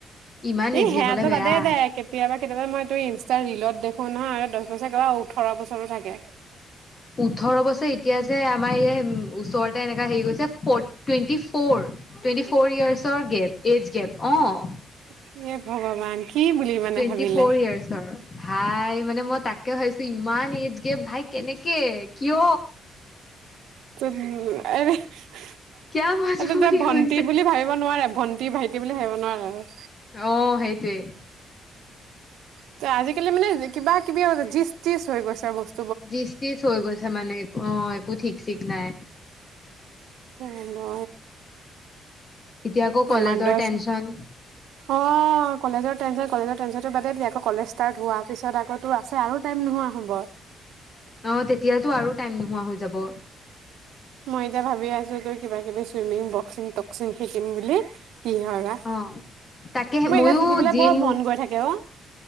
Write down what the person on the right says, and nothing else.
ই
সেয়াটো
বাদেই দে কেতিয়াবা কেতিয়াবা মইতো ইনষ্টাৰ ৰিলত দেখো নহয় আৰু দহ বছৰৰ একে ওঠঁৰ বছৰো থাকে।
সে ভগৱান কি বুলি মানে
ভাবিলে
ত এনে <unintelligible>
আমি তাক ভন্টি
বুলি ভাবিব নোৱাৰা ভন্টি ভাইটি বুলি ভাবিব নোৱাৰা অ
ত আজিকালি মানে কিবা কিবি জিচ তিজ হৈ গৈছে আৰু বস্তু
অ ন <unintelligible>
আমাৰ দছ
অ কলেজত কলেজত তাৰপাছতটো বাদে দিয়া আকৌ কলেজ ষ্টাৰট হোৱাৰ পিছত আকৌ তোৰ আছে আৰু টাইম নোহোৱা হ'ব
মই এতিয়া ভাবি আছো তোৰ কিবা কিবি চুইমিং বক্সিং টক্সিং শিকিম বুলি কি হয় বা
মোৰ
এতিয়া খেলিবলৈ
বৰ মন গৈ থাকে অ